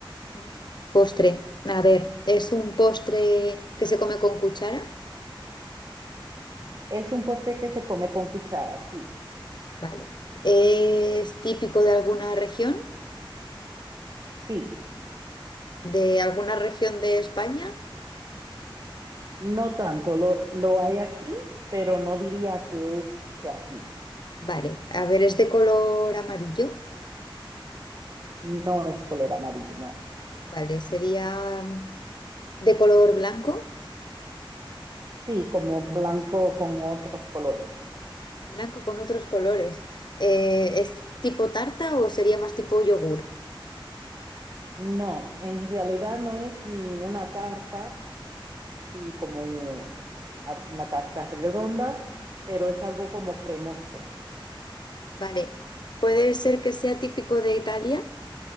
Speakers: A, on the left; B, on the right.
A: Mm. Postre. A ver, ¿es un postre que se come con cuchara?
B: Es un postre que se come con cuchara, sí,
A: Vale. ¿Es típico de alguna región?
B: sí,
A: ¿De alguna región de España?
B: no tanto. Lo, lo hay aquí, pero no diría que es de aquí.
A: Vale. A ver, ¿es de color amarillo?
B: No es color amarillo, no.
A: Vale, sería mm, de color blanco,
B: Sí, como blanco con otros colores.
A: blanco con otros colores. Eh, ¿es tipo tarta o sería más tipo yogur?
B: No, en realidad no es ni una tarta así como una tarta redonda, pero es algo como cremoso.
A: Vale, puede ser que sea típico de Italia.